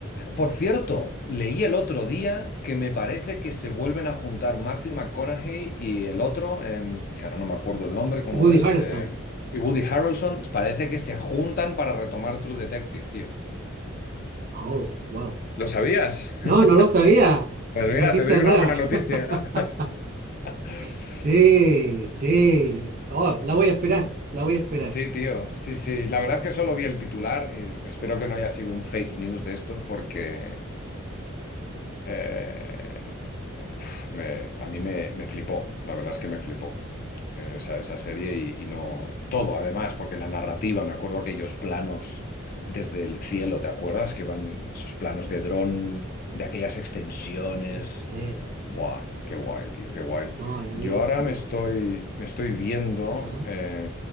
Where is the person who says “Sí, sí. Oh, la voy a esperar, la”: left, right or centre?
Right